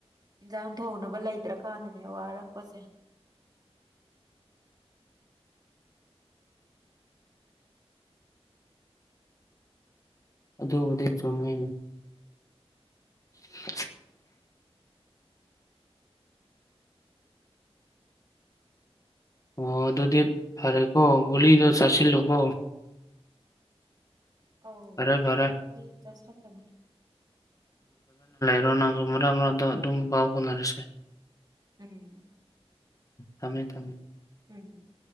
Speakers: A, on the right; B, on the left.
A: ꯏꯟꯁꯥꯡ ꯊꯣꯡꯅꯕ ꯂꯩꯇ꯭ꯔꯀꯥꯟꯗꯅꯦ ꯋꯥꯔꯛꯄꯁꯦ
B: ꯑꯗꯨꯕꯨꯗꯤ ꯆꯨꯝꯃꯦ <unintelligible> ꯑꯣ ꯑꯗꯨꯗꯤ ꯐꯔꯦꯀꯣ ꯒꯨꯂꯤꯗꯣ ꯆꯥꯁꯤꯜꯂꯣꯀꯣ
A: ꯑꯥꯎ
B: ꯐꯔꯦ ꯐꯔꯦ
A: ꯗꯗꯤ ꯏꯆꯥ ꯁꯥꯟꯗ
B: ꯣ ꯅꯔ ꯑꯃ ꯑꯗꯨꯝ ꯄꯥꯎꯕꯅꯔꯁꯦ
A: ꯎꯝ
B: ꯊꯃꯦ ꯊꯃꯦ
A: ꯎꯝ